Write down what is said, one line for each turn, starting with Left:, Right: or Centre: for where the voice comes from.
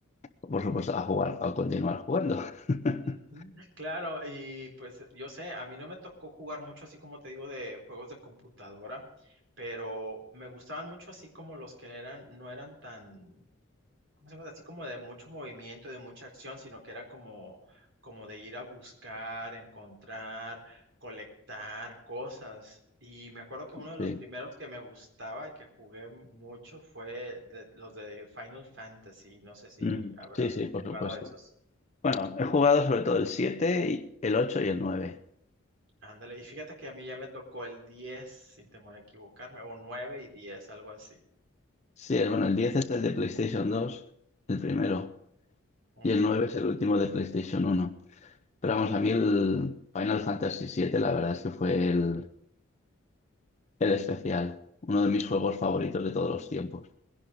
Left: Por supuesto, a jugar, a continuar jugando. <laughs>
Right: Ujú, Claro, y pues yo sé, a mí no me tocó jugar mucho así como te digo de juegos de computadora, pero me gustaban mucho así como los que eran, no eran tan, ¿cómo se llama? Así como de mucho movimiento, de mucha acción, sino que eran como, como de ir a buscar, encontrar, colectar cosas. Y me acuerdo que uno de los
Left: Sí,
Right: primeros que me gustaba y que jugué mucho fue de- los de Final Fantasy. No sé si
Left: Mm,
Right: habrás
Left: sí, sí,
Right: tú
Left: por
Right: jugado
Left: supuesto.
Right: a esos.
Left: Bueno, he jugado sobre todo el 7, y- el 8 y el nueve.
Right: Ándale, y fíjate que a mí ya me tocó el diez sin temor a equivocarme, o nueve y 10 algo así.
Left: Sí, el- bueno, el 10 es el de PlayStation dos, el primero,
Right: Ujú.
Left: y el 9 es el último de PlayStation uno. Pero vamos, a mí el Final Fantasy siete, la verdad es que fue el, el especial, uno de mis juegos favoritos de todos los tiempos,